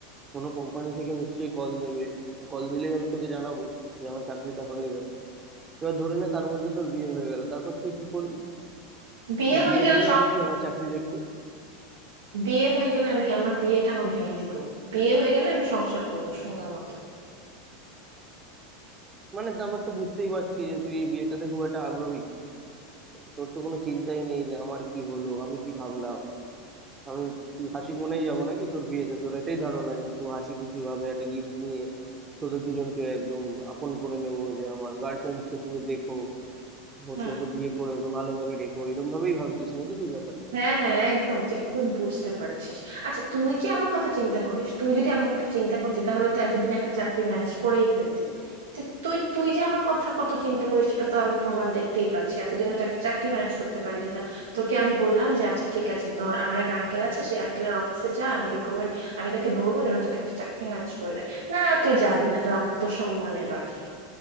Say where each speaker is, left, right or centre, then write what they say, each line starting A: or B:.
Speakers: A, on the right (about 25°); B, on the right (about 75°).
A: কোনো কোম্পানি থেকে নিশ্চয়ই কল দেবে কল দিলেই আমি তোকে জানাবো যে আমার চাকরিটা হয়ে গেছে এবার ধরে নে তার মধ্যে তোর বিয়ে হয়ে গেল তারপর তুই কি করবি
B: বিয়ে
A: সেই
B: হয়ে
A: বিয়ে
B: গেলে
A: ভেঙে আসবি আমার চাকরি দেখতে
B: বিয়ে হয়ে গেলে আমি আমার বিয়ে কেন ভেঙে দিব বিয়ে হয়ে গেলে আমি সংসার করবো সুন্দর মতো
A: মানে তো আমার তো বুঝতেই পারছি যে তুই এই বিয়েটাতে খুব একটা আগ্রহী তোর তো কোনো চিন্তাই নেই যে আমার কি হলো আমি কি ভাবলাম আমি তুই হাসি মনেই যাবো নাকি তোর বিয়েতে তোর এটাই ধারণা যে আমি খুব হাসি খুশি ভাবে একটা গিফট নিয়ে তোদের দুজনকে একদম আপন করে নেবো যে আমার গার্লফ্রেন্ড কে তুমি দেখো ওর
B: হুম
A: সাথে বিয়ে করে ওকে ভালোভাবে রেখো এরকম ভাবেই ভাবছিস নাকি তুই ব্যাপার
B: হ্যাঁ হ্যাঁ একদম তুই খুব বুঝতে পারছিস আচ্ছা তুই কি আমার কথা চিন্তা করিস তুই যদি আমার কথা চিন্তা করতি তাহলে তো এতদিন একটা চাকরি ম্যানেজ করেই ফেলতি তো তুই তুই যে আমার কথা কত চিন্তা করিস সেটা তো আমি প্রমাণ দেখতেই পাচ্ছি এতদিনও তো একটা চাকরি ম্যানেজ করতে পারলি না তোকে আমি বললাম যে আচ্ছা ঠিক আছে তোর আমার এক আঙ্কেল আছে সেই আঙ্কেলের অফিসে যা আমি রিকমেন্ড আমি তাকে বলবো যেন তোকে একটা চাকরি ম্যানেজ করে দেয় না তুই যাবি না তোর আত্মসম্মানে বাধে